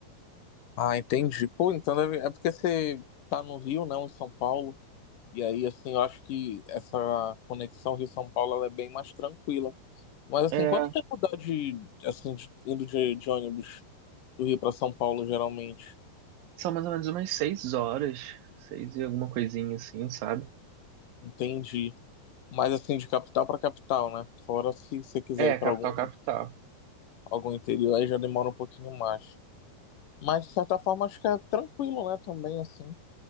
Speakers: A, on the left (about 60°); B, on the right (about 70°).
A: Ah, entendi. Pô, então deve- é porque você tá no Rio, não em São Paulo. E aí, assim, eu acho que essa conexão Rio-São Paulo ela é bem mais tranquila. Mas, assim,
B: É,
A: quanto tempo dá de, assim, de- indo de, de ônibus do Rio para São Paulo, geralmente?
B: são mais ou menos umas seis horas, seis e alguma coisinha, assim, sabe?
A: Entendi. Mas, assim, de capital para capital, né? Fora se você quiser
B: É,
A: ir para
B: capital,
A: algum,
B: capital.
A: algum interior, aí já demora um pouquinho mais. Mas, de certa forma, acho que é tranquilo, né? Também, assim.